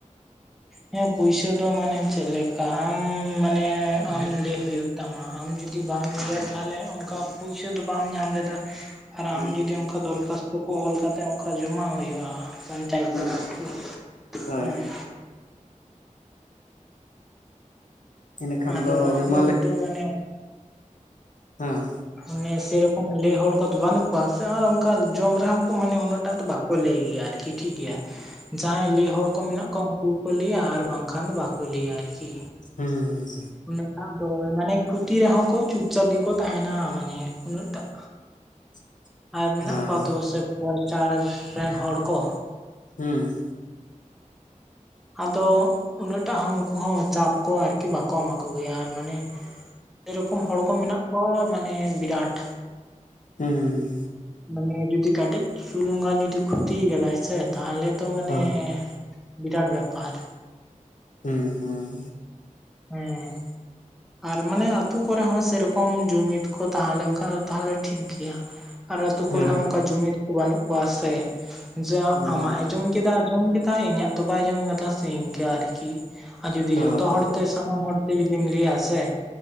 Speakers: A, in the centre; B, on the left (about 75°).
A: ᱦᱮᱸ ᱯᱩᱭᱥᱟᱹ ᱫᱚ ᱢᱟᱱᱮ ᱪᱮᱫ ᱞᱮᱠᱟ ᱟᱢ ᱢᱟᱱᱮ ᱟᱢ ᱞᱟᱹᱭ ᱦᱳᱭᱳᱜ ᱛᱟᱢᱟ ᱟᱢ ᱡᱩᱫᱤ ᱵᱟᱢ ᱞᱟᱹᱭᱟ ᱛᱟᱦᱚᱞᱮ ᱚᱱᱠᱟ ᱯᱩᱭᱥᱟᱹ ᱫᱚ ᱵᱟᱢ ᱧᱟᱢ ᱞᱮᱫᱟ ᱟᱨ
B: ᱦᱩᱸ
A: ᱟᱢ ᱡᱩᱫᱤ ᱚᱱᱠᱟ ᱫᱚᱨᱠᱷᱟᱥᱛᱚ ᱠᱩ ᱠᱚ ᱚᱞ ᱠᱟᱛᱮ ᱚᱱᱠᱟ ᱡᱚᱢᱟ ᱦᱩᱭᱩᱜ-ᱟ ᱯᱧᱪᱟᱭᱮᱛ
B: ᱦᱩᱸ
A: ᱨᱮ ᱟᱨᱠᱤ
B: ᱦᱳᱭ
A: ᱦᱮᱸ
B: ᱤᱱᱟᱹᱠᱷᱟᱱ
A: ᱟᱫᱚ
B: ᱫᱚ ᱡᱚᱢᱟ
A: ᱟᱵᱚ ᱛᱚ ᱢᱟᱱᱮ
B: ᱦᱮᱸ
A: ᱚᱱᱮ ᱥᱮᱨᱚᱠᱚᱢ ᱞᱟᱹᱭ ᱦᱚᱲ ᱠᱚᱫᱚ ᱵᱟᱹᱱᱩᱜ ᱠᱚᱣᱟ ᱥᱮ ᱟᱨ ᱚᱱᱠᱟ ᱡᱚᱢ ᱨᱮᱦᱚᱸ ᱠᱚ ᱢᱟᱱᱮ ᱩᱱᱟᱹᱜᱴᱟᱜ ᱫᱚ ᱵᱟᱝ ᱠᱚ ᱞᱟᱹᱭ ᱜᱮᱭᱟ ᱟᱨᱠᱤ ᱴᱷᱤᱠ ᱜᱮᱭᱟ
B: <unintelligible>
A: ᱡᱟᱦᱟᱭ ᱞᱟᱹᱭ ᱦᱚᱲ ᱠᱚ ᱢᱮᱱᱟᱜ ᱠᱚᱣᱟ ᱩᱱᱠᱩᱠᱚ ᱞᱟᱹᱭᱟ ᱟᱨ ᱵᱟᱝᱠᱷᱟᱱ ᱫᱚ ᱵᱟᱠᱚ ᱞᱟᱹᱭᱟ ᱟᱨᱠᱤ
B: ᱦᱮᱸ ᱦᱮᱸ
A: ᱩᱱᱟᱹᱜ ᱴᱟᱜ ᱫᱚ ᱢᱟᱱᱮ ᱠᱷᱩᱛᱤ ᱨᱮᱦᱚᱸ ᱠᱚ ᱪᱩᱯᱪᱟᱯ ᱜᱮᱠᱚ ᱛᱟᱦᱮᱱᱟ ᱢᱟᱱᱮ ᱩᱱᱟᱹᱜ ᱴᱟᱜ
B: <unintelligible>
A: ᱟᱨ ᱢᱮᱱᱟᱜ
B: ᱦᱩᱸ
A: ᱠᱚᱣᱟ ᱛᱚ ᱥᱮ ᱯᱚᱞᱪᱟᱨ ᱨᱮᱱ ᱦᱚᱲ ᱠᱚ
B: ᱦᱩᱸ
A: ᱟᱫᱚ ᱩᱱᱟᱹᱜᱴᱟᱜ ᱦᱚᱸ ᱩᱱᱠᱩ ᱦᱚᱸ ᱪᱟᱯ ᱠᱚ ᱟᱨᱠᱤ ᱵᱟᱠᱚ ᱮᱢᱟ ᱠᱚ ᱜᱮᱭᱟ ᱟᱨ ᱢᱟᱱᱮ ᱥᱮᱨᱚᱠᱚᱢ ᱦᱚᱲ ᱠᱚ ᱢᱮᱱᱟᱜ ᱠᱚᱣᱟ ᱢᱟᱱᱮ ᱵᱤᱨᱟᱴ
B: ᱦᱚᱸ ᱦᱩᱸ ᱦᱩᱸ
A: ᱢᱟᱱᱮ ᱡᱩᱫᱤ ᱠᱟᱴᱤᱡ ᱪᱩᱞᱩᱝ ᱟᱱ ᱡᱩᱫᱤ ᱠᱷᱚᱛᱤ ᱠᱟᱫᱟᱭ ᱥᱮ ᱛᱟᱦᱮ ᱛᱚ ᱢᱟᱱᱮ
B: ᱦᱩᱸ ᱚ
A: ᱵᱤᱨᱟᱴ ᱵᱮᱯᱟᱨ
B: ᱦᱮᱸ ᱦᱮᱸ
A: ᱦᱮᱸ ᱟᱨ ᱢᱟᱱᱮ ᱟᱹᱛᱩ ᱠᱚᱨᱮ ᱦᱚᱸ ᱥᱮᱨᱚᱠᱚᱢ ᱡᱩᱢᱤᱫ ᱠᱚ ᱛᱟᱦᱮᱸ ᱞᱮᱱᱠᱷᱟᱱ ᱫᱚ ᱛᱟᱦᱚᱞᱮ ᱴᱷᱤᱠ ᱜᱮᱭᱟ ᱟᱨ ᱟᱹᱛᱩ
B: ᱦᱮᱸ
A: ᱠᱚᱨᱮ ᱦᱚᱸ ᱚᱱᱠᱟ ᱡᱩᱢᱤᱫ ᱠᱚ ᱵᱟᱹᱱᱩᱜ ᱠᱚᱣᱟ ᱥᱮ ᱡᱮ
B: ᱦᱩᱸ
A: ᱟᱢᱟᱜ ᱮ ᱡᱚᱢ ᱠᱮᱫᱟ ᱡᱚᱢ ᱠᱮᱫᱟᱭ ᱤᱧᱟᱹᱜ ᱛᱚ ᱵᱟᱭ ᱡᱚᱢ ᱠᱟᱫᱟ ᱥᱮ ᱤᱱᱠᱟᱹ ᱟᱨᱠᱤ ᱟᱨ ᱡᱩᱫᱤ
B: ᱚ
A: ᱡᱚᱛᱚ
B: ᱦᱚᱸ
A: ᱦᱚᱲ ᱥᱟᱱᱟᱢ ᱦᱚᱲᱛᱮ ᱡᱩᱫᱤᱢ ᱞᱟᱹᱭᱟ ᱥᱮ